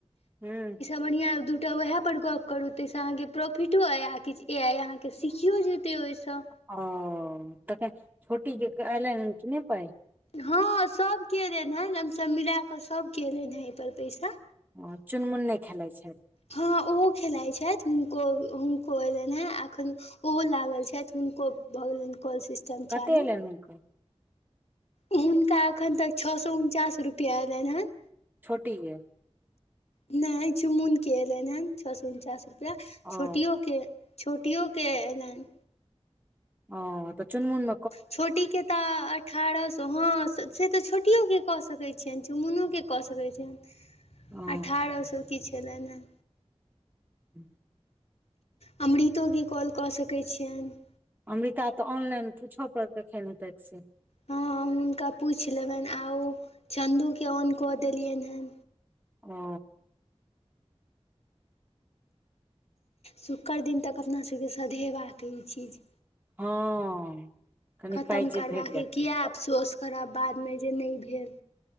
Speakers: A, on the right (about 15°); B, on the left (about 70°).
A: ह
B: बढ़िआँ दू टा वएहप पर गप करू ताहिसँ अहाँके प्रॉफिटो अइ आ किछ अइ अहाँकेँ सिखियो जेतै ओहिसँ
A: ओ तऽ छोटी जे एल कि नहि पाय
B: हँ सब क अयलनि हँ हमसभ मिल कऽ सभ अयलनि हेँ एहिपर पैसा
A: ओ चुनमुन नय खेलाइ छै
B: हँ ओहो खेलाइत छइथ हुनको हुनको एयलनि हेँ एखन ओहो लागल छइथ हुनको भऽ गेलनि कॉल सिस्टम
A: कते
B: चालू
A: एयलनि हुनकर
B: हुनका एखन तक छओ सए उनचास रुपैआ एयलइन हेँ
A: छोटी यइ
B: नय चुमुनके अयलनि हेँ छौ सए उनचास रुपैआ
A: ओ
B: छोटियो छोटियो के अयलनि
A: ओ तऽ चुन मुन
B: छोटी के तऽ अठारह सए हँ से तऽ छोटियोके कऽ सकैत छियनि चुमुनोके कऽ सकैत छियनि
A: ओ
B: अठारह सौ की छलैनय हें
A: ह्म
B: अमृतो के कॉल कऽ सकैन छियैन
A: अमृता तऽ ऑनलाइन पूछय पड़तैखेन हेतै से
B: हँ हुनका पुइछ लेबनि आ ओ चन्दूे ऑन कऽ देलियनि हँ
A: ओ
B: शुक्र दिन तक अपना सभके सधेबाक ई चीज
A: हँ कनि
B: खतम
A: पहिजे
B: करबाक
A: भेट जात
B: अइ किया
A: पहि
B: अफसोस करब बादमें जे नहि भेल